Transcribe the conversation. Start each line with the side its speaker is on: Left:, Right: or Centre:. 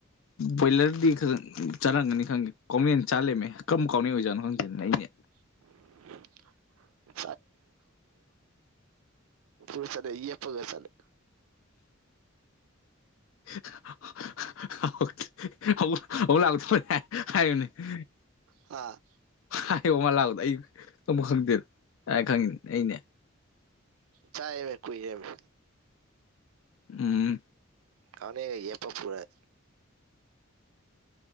Left: ꯕꯣꯏꯂꯔꯗꯤ ꯈꯔ ꯆꯥꯔꯝꯒꯅꯤ ꯈꯪꯗꯦ ꯀꯥꯎꯅ ꯌꯦꯟ ꯆꯥ ꯂꯩꯔꯝꯃꯦ ꯀꯔꯝꯕ ꯀꯥꯎꯅ ꯑꯣꯏꯖꯥꯠꯅꯣ ꯈꯪꯗꯦꯅꯦ ꯑꯩꯗꯤ
Right: <inaudible> ꯄꯨꯔꯒ ꯆꯠꯂꯦ ꯌꯦꯞꯄꯒ ꯆꯠꯂꯦ
Left: <inaudible>
Right: ꯍꯥ
Left: ꯍꯥꯏ ꯃꯥ ꯂꯥꯛꯄꯗꯣ ꯑꯩ ꯈꯪꯕꯨ ꯈꯪꯗꯦꯕꯦ ꯅꯪ ꯍꯥꯢꯔ ꯈꯪꯉꯤꯅꯦ ꯑꯩꯅꯦ
Right: ꯆꯥꯢꯑꯦꯃꯤ ꯀꯨꯏꯔꯦꯃꯤ
Left: ꯎꯝ
Right: ꯀꯥꯎꯅ ꯌꯦꯟ ꯌꯦꯞꯄ ꯄꯨꯔꯛ